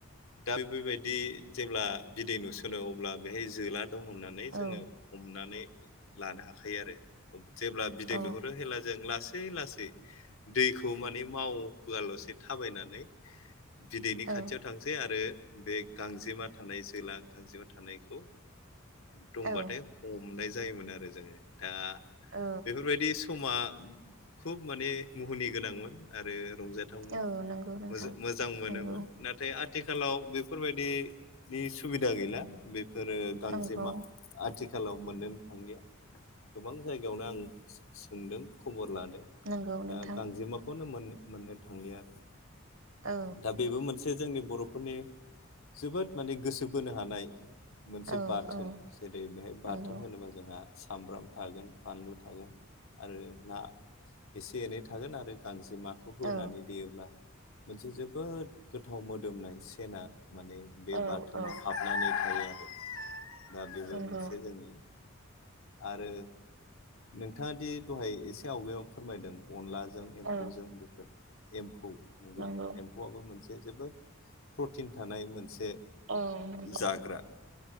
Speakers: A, on the left; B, on the right.
A: दा बेफोरबायदि जेब्ला बिदै नुसोनो अब्ला बेहाय जोला दाव होननानै
B: औ
A: जोङो हमनानै लानो हाखायो आरो जेब्ला बिदै
B: औ
A: नुहरो हेब्ला जों लासै सै लासै दैखौ माने मावआलसे थाबायनानै बिदैनि
B: औ
A: खाथियाव थांसै आरो बे गांजेमा थानाय जोला गांजेमा थानायखौ दंबाथाय
B: औ
A: हमनाय जायोमोन आरो जोङो दा
B: औ
A: बेफोरबायदि समा खुब माने मुहुनि गोनांमोन आरो रंजाथावमोन
B: औ नंगौ नोंथां
A: मोजां मोनोमोन
B: नंगौ
A: नाथाय आथ आथिखालाव बेफोरबायदिनि सुबिदा गैला बेफोरो गांजेमा
B: नंगौ
A: आथिं आथिखालाव मोननोन थांलिया गोबां जायगायावनो आं सोंदों खबर लादों
B: नंगौ नोंथां
A: दा गांजेमाखौनो मोननो मोननो थांलिया
B: औ
A: दा बेबो मोनसे जोंनि बर'फोरनि जोबोद माने गोसो गोसोबोनो हानाय मोनसे
B: औ
A: बाथोन
B: औ
A: जेरै बेहाय
B: नंगौ
A: बाथोन होनोबा जोंहा सामब्राम थागोन बानलु थोगोन आरो नासे एनै थागोन गांजे जेमाखौ होनानै
B: औ
A: देयोब्ला मोनसे जोबोद गोथाव मोदोमनाय सेना माने बे
B: औ
A: बाथोनाव
B: औ
A: हाबनानै थायो आरो दा बेबो
B: नंगौ
A: मोनसे जोंनि आरो नोंथाङा दि दहाय एसे आवगायाव फोरमायदों अनला जों एम्फौजों
B: औ
A: बेफोर एमफौ नगौ
B: नंगौ
A: एम्फौआबो मोनसे जोबोद प्रटिन थानाय मोनसे
B: औ नंगौ
A: जाग्रा